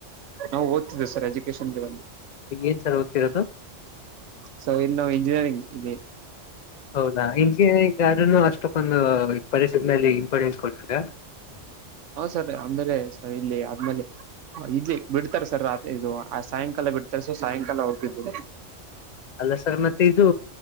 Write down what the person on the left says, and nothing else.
ಏನ್ ಸರ್ ಓದ್ತಿರೋದು
ಹೌದಾ ನಿನ್್ಗೆ ಈಗಾರನು ಅಷ್ಟೊಪಂದು ಪರಿಸತ್ ಮೇಲೆ ಇಂಪಾರ್ಟೆನ್ಸ್ ಕೊಡ್ತೀರಾ
ಅಲ್ಲ ಸರ್ ಮತ್ತೆ ಇದು